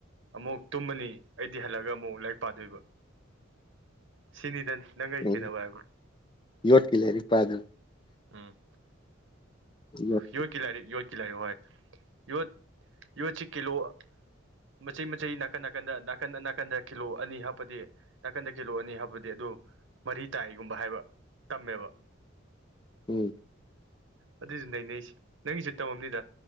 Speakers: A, on the right (about 65°); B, on the left (about 25°).
A: ꯑꯃꯨꯛ ꯇꯨꯝꯃꯅꯤ ꯑꯩꯗꯤ ꯍꯜꯂꯒ ꯑꯃꯨꯛ ꯂꯥꯏꯔꯤꯛ ꯄꯥꯗꯣꯏꯕ ꯁꯤꯅꯤꯗ ꯅꯪ ꯑꯩ
B: ꯎ
A: ꯈꯦꯠꯅꯕ ꯍꯥꯏꯕꯨ
B: ꯌꯣꯠꯀꯤ ꯂꯥꯏꯔꯤꯛ ꯄꯥꯗꯨꯕ
A: ꯎꯝ
B: ꯌꯣꯠ
A: ꯌꯣꯠꯀꯤ ꯂꯥꯏꯔꯤꯛ ꯌꯣꯠꯀꯤ ꯂꯥꯏꯔꯤꯛ ꯍꯣꯏ ꯌꯣꯠ ꯌꯣꯠꯀꯤ ꯀꯤꯂꯣ ꯃꯆꯩ ꯃꯆꯩ ꯅꯥꯀꯟ ꯅꯥꯀꯟꯗ ꯅꯥꯀꯟꯗ ꯅꯥꯀꯟꯗ ꯀꯤꯂꯣ ꯑꯅꯤ ꯍꯥꯞꯄꯗꯤ ꯅꯥꯀꯟꯗ ꯀꯂꯣ ꯑꯅꯤ ꯍꯥꯞꯄꯗꯤ ꯑꯗꯨ ꯃꯔꯤ ꯇꯥꯏꯒꯨꯝꯕ ꯍꯥꯏꯕ ꯇꯝꯃꯦꯕ
B: ꯎꯝ
A: ꯑꯗꯨꯏꯁꯨ ꯅꯩꯅꯩꯁꯦ ꯅꯪꯒꯤꯁꯨ ꯇꯧꯔꯝꯅꯤꯗ